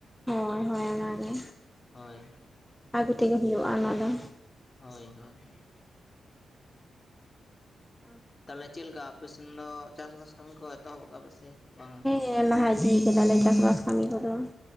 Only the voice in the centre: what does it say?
ᱦᱚᱭ ᱦᱚᱭ ᱚᱱᱟ ᱜᱮ
ᱟᱹᱜᱩ ᱛᱮᱜᱮ ᱦᱩᱭᱩᱜ-ᱟ ᱚᱱᱟ ᱫᱚ
ᱜᱮ
ᱦᱮᱸ ᱞᱟᱦᱟ ᱤᱫᱤ ᱠᱮᱫᱟᱞᱮ ᱪᱟᱥᱵᱟᱥ ᱠᱟᱹᱢᱤ ᱠᱚᱫᱚ